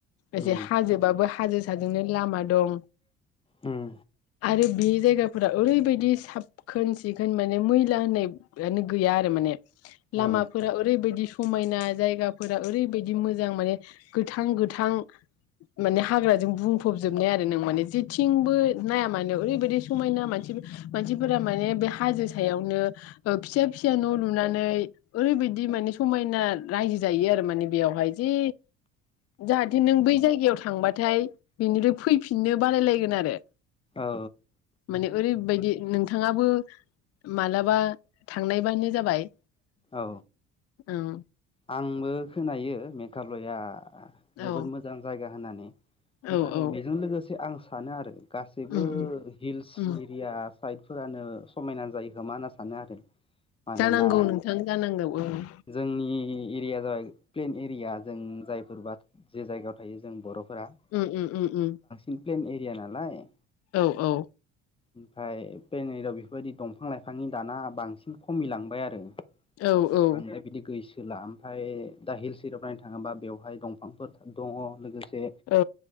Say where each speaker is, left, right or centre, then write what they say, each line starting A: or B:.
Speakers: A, on the left (about 50°); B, on the left (about 15°).
A: एसे
B: उम
A: हाजोबाबो हाजो साजोंनो लामा दं
B: उम
A: आरो बे जायगाफोरा ओरैबायदि साब खोन सिखोन माने मैला होननायानो गैया आरो माने लामाफोरा
B: औ
A: ओरैबायदि समायना जायगाफोरा ओरैबायदि मोजां माने गोथां गोथां माने हाग्राजों बुंफबजोबनाय आरो नों माने जेथिंबो नाया मानो ओरैबायदि समायना मानसि मानसिफोरा माने बे हाजो सायावनो ओ फिसा फिसा न' लुनानै ओरैबायदि माने समायना रायजो जायो आरो माने बेयावहाय जे जाहाथे नों बै जायगायाव थांबाथाय बेनिफ्राय फैफिननो बारायलायगोन आरो
B: औ
A: माने ओरैबायदि नों थाङाबो मालाबा थांनायबानो जाबाय।
B: औ
A: औ
B: आंबो खोनायो मेघालया जोबोद
A: औ
B: मोजां जायगा होननानै। ओमफ्राय
A: औ औ
B: बेजों लोगोसे आं सानो आरो गासैबो
A: उम उम
B: हिल्स
A: उम
B: एरिया <unintelligible> फोरानो समायना जायो खोमा होनना सानो आरो। मानोना
A: जानांगौ नोंथां जानांगौ औ।
B: जोंनि एरिया जाय प्लेन एरिया जों जायफोर बा जे जायगायाव थायो जों बर'फोरा।
A: उम उम उम उम।
B: इ प्लेेन एरिया नालाय।
A: औ औ।
B: ओमफ्राय पेनेरयाव बिफोबायदि दंफां लाइफांनि दाना बांसिन खमिलांबाय आरो।
A: औ औ।
B: बांद्राय बिदि गैसोला ओमफाय दा हिल्स एरियाव नायनो थाङोबा बेवहाय दंफांफोर दङ लोगोसे
A: औ।